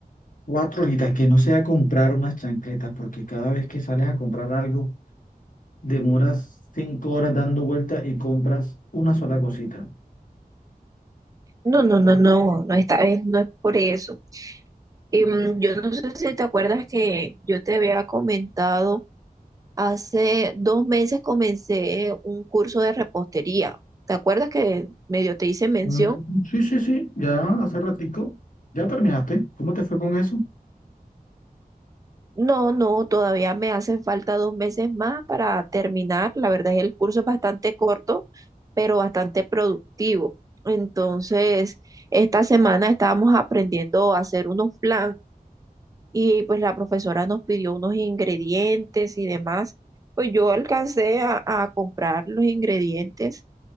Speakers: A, on the left (about 60°); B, on the right (about 20°).
A: Cuatro horitas, que no sea comprar unas chancletas, porque cada vez que sales a comprar algo, demoras cinco horas dando vueltas y compras una sola cosita.
B: No, no, no, no, no, esta vez no es por eso. Em, yo no sé si te acuerdas que yo te había comentado, hace dos meses comencé un curso de repostería. ¿Te acuerdas que medio te hice mención?
A: Mm, Sí, sí, sí, ya hace ratico, ya terminaste. ¿Cómo te fue con eso?
B: No, no, todavía me hacen falta dos meses más para terminar. La verdad es que el curso es bastante corto, pero bastante productivo. Entonces, esta semana estábamos aprendiendo a hacer unos flan y pues la profesora nos pidió unos ingredientes y demás. Pues yo alcancé a, a comprar los ingredientes